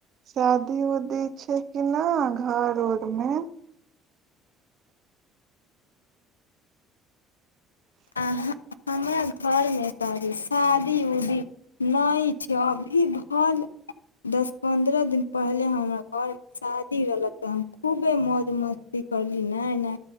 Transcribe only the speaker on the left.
अहां, हमरा घरमे तऽ अभी शादी-उदी नैय छै, अभी भल दस पन्द्रह दिन पहिले हमरा घरमे शादी रहलक तऽ हम खूबे मौज मस् ती करली नै-नै,